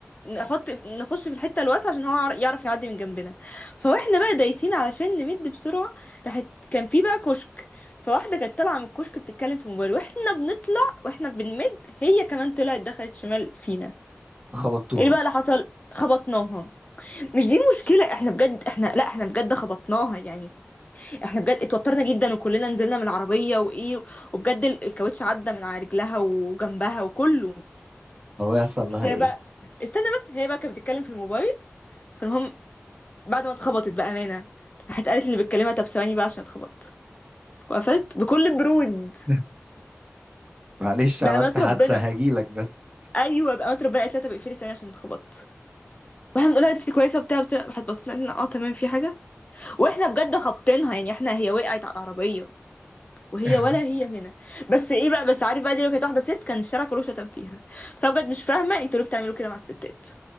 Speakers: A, on the left; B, on the right.
A: نحط نخش في الحته الواسعه عشان هو يعرف يعدي من جنبنا فواحنا بقى دايسين علشان نمد بسرعة راحت كان في بقى كشك فواحدة كانت طالعة من الكشك بتتكلم في الموبايل واحنا بنطلع واحنا بنمد هي كمان طلعت دخلت شمال فينا
B: خبطتوها
A: ايه بقى اللي حصل خبطناها مش دي مشكلة احنا بجد احنا لا احنا بجد خبطناها يعني احنا بجد اتوترنا جدا وكلنا نزلنا من العربية وايه وبجد ال- الكاوتش عدى من على رجلها وجنبها وكله
B: هو يحصل لها
A: هي
B: ايه
A: بقى استنى بس هي بقى كانت بتتكلم في الموبايل فالمهم بعد ما اتخبطت بأمانة راحت قالت اللي بتكلمها طب ثواني بقى عشان اتخبط وقفت بكل برود
B: <laughs> معلش
A: بأمانة
B: عملت حادثه
A: ربنا
B: هجيلك بس
A: أيوه بأمانة ربنا قالت لها طب اقفلي ثانية عشان اتخبطت واحنا بنقول لها انت كويسه وبتاع بتاع راحت بصت لنا قالت لنا اه تمام في حاجه واحنا بجد خابطينها يعني احنا هي وقعت على العربيه وهي
B: <laughs>
A: ولا هي هنا بس ايه بقى بس عارف بقى دي لو كانت واحده ست كان الشارع كله شتم فيها فبجد مش فاهمه انتوا ليه بتعملوا كده مع الستات